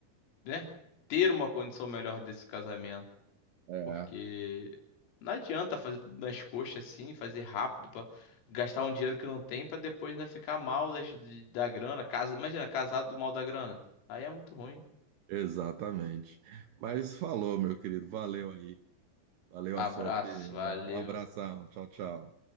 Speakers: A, on the left; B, on the right.
A: né, ter uma condição melhor desse casamento.
B: É.
A: Porque não adianta fazer tudo nas coxas assim, fazer rápido para gastar um dinheiro que não tem para depois ainda ficar mal das, de- da grana. Casa, imagina, casado do mal da grana. Aí é muito ruim.
B: Exatamente. Mas falou, meu querido. Valeu aí. Valeu
A: Abraço,
B: a sua opinião.
A: valeu.
B: Um abração. Tchau, tchau.